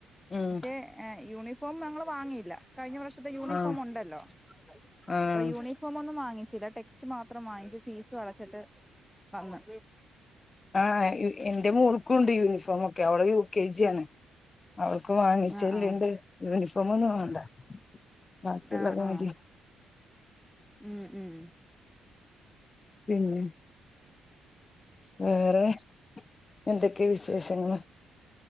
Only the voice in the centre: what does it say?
പക്ഷെ
ഏ യൂണി പ്പോവും ഞങ്ങളോ വാങ്ങിയില്ല കഴിഞ്ഞ വർഷത്തെ യൂണിഫോമൊണ്ടല്ലോ
അപ്പം യൂണിഫോമൊന്നും വാങ്ങിച്ചില്ല ടെക് സ്റ്റ് മാത്രം വാങ്ങിച്ചു ഫീസ് വളച്ചിട്ട് വന്ന്
ആഹ് ആഹ്
ആഹ്
ആഹ് ഉം ഉം